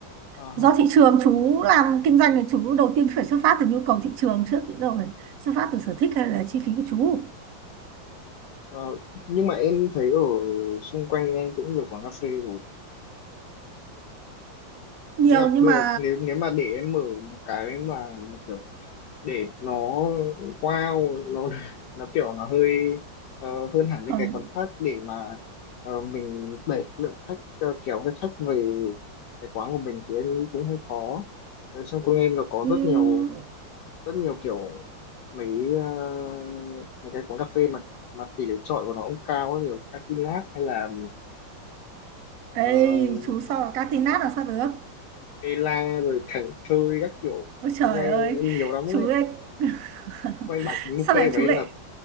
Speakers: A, on the left; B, on the right.
A: À,
B: do
A: không.
B: thị trường chú làm kinh doanh thì chú đầu tiên phải xuất phát từ nhu cầu thị trường trước chứ đâu phải xuất phát từ sở thích hay là chi phí của chú
A: Và nhưng mà em thấy ở xung quanh em cũng nhiều quán cà phê rồi
B: nhiều
A: Ý là
B: nhưng
A: bây
B: mà
A: giờ, nếu nếu mà để em mở một cái mà kiểu để nó wow nó <laughs> nó kiểu nó hơi ờ, hơn hẳn những
B: không
A: cái quán khác để mà ờ, mình đẩy lượng khách ờ, kéo cái khách về cái quán của mình thì em nghĩ cũng hơi khó rồi xong cô em nó có
B: Ừm,
A: rất nhiều rất nhiều kiểu mấy ờ, mấy cái quán cà phê mà mà tỷ lệ chọi của nó cũng cao ấy, rồi Catilat hay là
B: ê
A: uh,
B: chú so với cá tinát làm sao được
A: Ela rồi Thảnh Thơi các kiểu
B: ôi trời
A: xung quanh
B: ơi
A: em nhiều lắm
B: chú
A: đấy
B: ấy <laughs>
A: quanh bảng kính mục
B: sao
A: cây
B: lại
A: của
B: chú
A: em
B: lại
A: là